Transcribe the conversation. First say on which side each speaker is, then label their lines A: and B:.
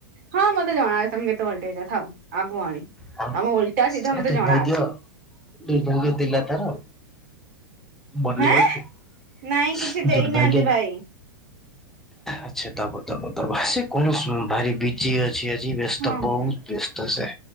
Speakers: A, on the right; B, in the centre.
A: ହଁ ମତେ ଜଣ ଆ ତମେ କେତେ ଓଲ୍ଡେଇଛ ଥାଉ ଆଉ କୁହନି।
B: ହଁ
A: ତମ ଓଲଟା ସିଧା ମତେ
B: ଦୁର୍ଭାଗ୍ୟ
A: ଜଣା ଅଛି
B: ଦୁର୍ଭାଗ୍ୟ ଥିଲା ତାର। ବନେଇବାକୁ
A: ହେଁ ନାଇଁ କିଛି ଦେଇନାହାନ୍ତି
B: ଦୁର୍ଭାଗ୍ୟ।
A: ଭାଇ।
B: ଆଛା ଦବ ଦବ ଦବ ସେ କଣ ଭାରି ବିଜି ଅଛିଆ ଜି ବ୍ୟସ୍ତ
A: ହଁ ହଁ
B: ବହୁତ ବ୍ୟସ୍ତ ସେ